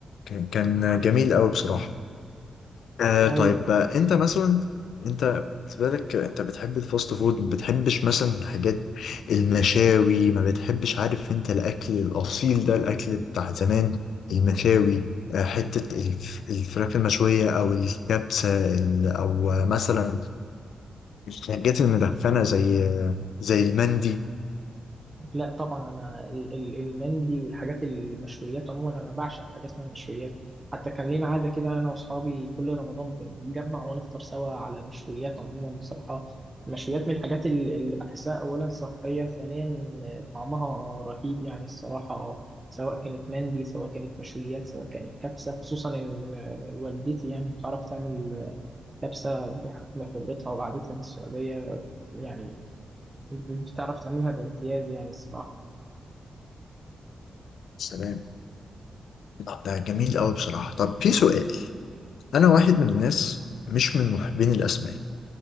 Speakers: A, on the left (about 90°); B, on the right (about 20°).
A: كان كان جميل أوي بصراحة آه
B: ايوه
A: طيب آه، انت مثلا انت بالنسبه لك آه، انت بتحب الفاست فود ما بتحبش مثلا حاجات المشاوي ما بتحبش عارف انت الاكل الاصيل ده الاكل بتاع زمان المشاوي آه، حته الف- الفراخ المشويه او الكبسه ال- او آه، مثلا الحاجات المدخنه زي آه، زي المندي
B: لا طبعا انا ال- ال- المندي والحاجات المشويات عموما انا بعشق حاجه اسمها مشويات حتى كان لينا عاده كده انا واصحابي كل رمضان بنتجمع ونفطر سوا على مشويات عموما بصراحه المشويات من الحاجات ال- اللي بحسها اولا صحيه ثانيا طعمها رهيب يعني الصراحه سواء كانت مندي سواء كانت مشويات سواء كانت كبسه خصوصا ان والدتي يعني بتعرف تعمل كبسه بحكم خبرتها وقعدتها من السعوديه يعني بتعرف تعملها بامتياز يعني الصراحه
A: سلام طب ده جميل قوي بصراحه طب في سؤال انا واحد من الناس مش من محبين الاسماك